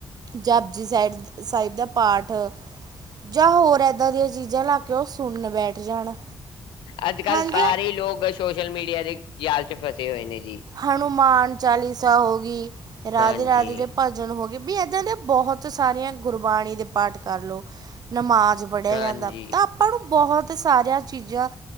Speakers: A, on the right (about 55°); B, on the left (about 85°).
A: ਜਾਪਜੀ ਸਾਹਿਡ ਸਾਹਿਬ ਦਾ ਪਾਠ ਜਾਂ ਹੋਰ ਇੱਦਾਂ ਦੀਆਂ ਚੀਜ਼ਾਂ ਲਾ ਕੇ ਉਹ ਸੁਣਨ ਬੈਠ ਜਾਣ
B: ਅੱਜ ਕੱਲ੍ਹ
A: ਹਾਂਜੀ
B: ਸਾਰੇ
A: ਹਾਂ।
B: ਲੋਕ ਸੋਸ਼ਲ ਮੀਡੀਆ ਦੇ ਜਾਲ 'ਚ ਫਸੇ ਹੋਏ ਨੇ ਜੀ।
A: ਹਨੂੰਮਾਨ ਚਾਲੀਸਾ ਹੋ ਡੀ, ਰਾਧੇ
B: ਹਾਂਜੀ,
A: ਰਾਧੇ ਦੇ ਭ ਜਨ ਹੋ ਗੀ ਵੀ ਇੱਦਾਂ ਦੇ ਬਹੁਤ ਸਾਰੀਆਂ ਗੁਰਬਾਣੀ ਦੇ ਪਾਠ ਕਰਲੋ ਨਮਾਜ਼ ਪੜਿਆ
B: ਹਾਂਜੀ,
A: ਜਾਂਦਾ ਤਾਂ ਆਪਾਂ ਨੂੰ ਬਹੁਤ ਸਾਰੀਆਂ ਚੀਜ਼ਾਂ